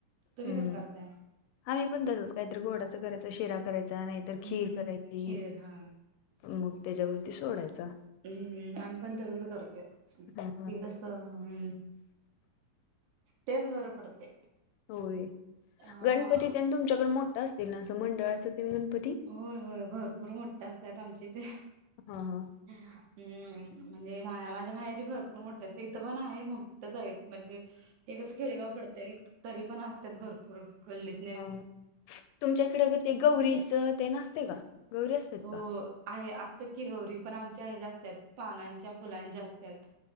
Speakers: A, on the right (about 70°); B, on the left (about 85°).
A: तुम्ही
B: हम्म
A: कस करताय
B: आम्ही पण तसच काहीतरी गोडाच करायच, शिरा करायचा, नाहीतर खीर
A: हम्म
B: करायची.
A: खीर हा
B: मग त्याच्यावरती सोडायचा
A: हम्म आम्ही पण तसच करतोय
B: हा हा
A: दिवस ह तेच बरं पडते
B: होय
A: हा
B: गणपती त्यांनी तुमच्याकडे मोठा असतील ना असं मंडळाच त्यां गणपती
A: होय होय भरपूर मोठठा असतत आमचे ते
B: हा हा
A: हम्म म्हणजे मा माझ्या माहेरी भरपूर मोठ असते इथं पण आहे मोठच आहेत म्हणजे हे कस खेळगाव पडतय तरी पण असतात भरपूर गल्लीत
B: अ तुमच्या इकडे ते गौरीचं ते नसते का गौरी असतात
A: हो,
B: का
A: आहे असत्यात की गौरी पण आमच्या हेज्या असत्यात पानांच्या, फुलांच्या असत्यात.